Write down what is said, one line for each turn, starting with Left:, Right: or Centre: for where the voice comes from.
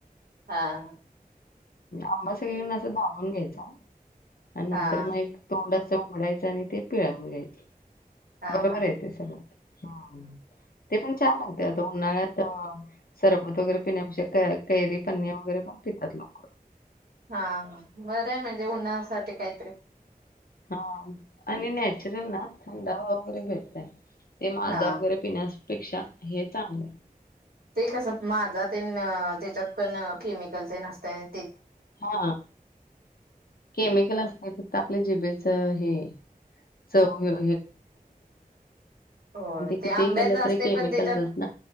Right: हा.
Left: आंबा सगळे ना असं दा बून घ्यायचा. आणि नंतर
Right: हा
Left: मग एक तोंड ते उघडायचं आणि ते पिळावून घ्यायचं.
Right: हा
Left: बरोबर
Right: हा
Left: आहेे ते सगळ हा, ते पण छान लागते आता उन्हाळ्यात. हा सरबत वगैरे पिण्यापेक्षा केैरी पननी वगैरे पण पितात लोक.
Right: हा हा. बरं आहे म्हणजे उन्हाळ्यासाठी काहीतरी.
Left: हा आणि नॅचरल ना थंडावा वगैरे भेटतय. ते माझा
Right: हा
Left: वगैरे पिण्या पेक्षा हे चांगलं हाय.
Right: ते कस माझा ते त्याच्यात पण केमिकल तेन असतंय.
Left: हा केमिकल असते, तिथ आपल्या जिभेच हे चव घेऊन
Right: होय.
Left: पण किती
Right: ते आंब्याच
Left: केलं
Right: असते,
Left: तरी केमिकलचच
Right: पण त्याच्यात
Left: ना.